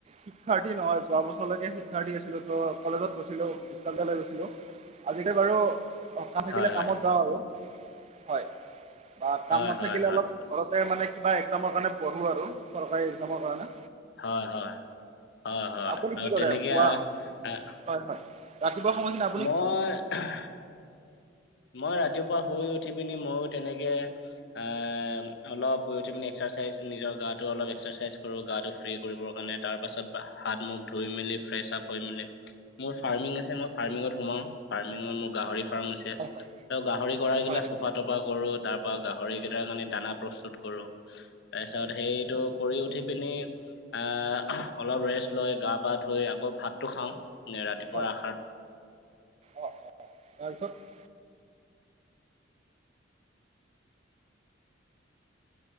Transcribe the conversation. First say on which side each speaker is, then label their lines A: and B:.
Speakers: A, on the right (about 35°); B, on the left (about 65°).
A: শিক্ষাৰ্থী নহয় যোৱা বছৰলৈকে শিক্ষাৰ্থী আছিলো ত কলেজত গৈছিলো, বিশ্ববিদ্যালয়ত গৈছিলো। আজিকালি বাৰু সকাহ থাকিলে
B: হয়
A: কামত
B: হয়
A: যাওঁ আৰু হয়। বা কাম
B: হয়
A: নাথাকিলে
B: হয় হয়
A: অলপ ঘৰতে মানে কিবা একজামৰ কাৰণে পঢ়ো আৰু চৰকাৰী একজামৰ কাৰণে।
B: হয় হয়, হয় হয়
A: আপুনি
B: ত
A: কি কৰে
B: তেনেকে
A: পুৱা
B: আ আ
A: হয় হয়। ৰাতিপুৱা সময়খিনি আ
B: মই আহ মই ৰাতিপুৱা শুই উঠি পিনি মইও তেনেকে আম অলপ শুই উঠি পিনি এক্সাৰচাইজ নিজৰ গাটো অলপ এক্সাৰচাইজ কৰোঁ, গাটো ফ্ৰী কৰিবৰ কাৰণে তাৰ পাছত হাত - মুখ ধুই মেলি ফ্ৰেচ আপ হৈ মেলি মোৰ ফাৰ্মিং আছে, মই ফাৰ্মিঙত সোমাও। ফাৰ্মিঙত মোৰ গাহৰি ফাৰ্ম আছে।
A: হয় হয়
B: ত গাহৰি গঢ়ালগীলা
A: হয়
B: চফা - তফা কৰো তাৰ পৰা গাহৰি কেইটাৰ কাৰনে দানা প্ৰস্তুত কৰো। তাৰপিছত
A: হয়
B: সেইটো কৰি উঠি পিনি আ আহ অলপ ৰেষ্ট লৈ গা পা ধুই আকৌ ভাতটো খাওঁ এ ৰাতিপুৱা
A: হয়
B: আষাৰ
A: অঁ অঁ তাৰপিছত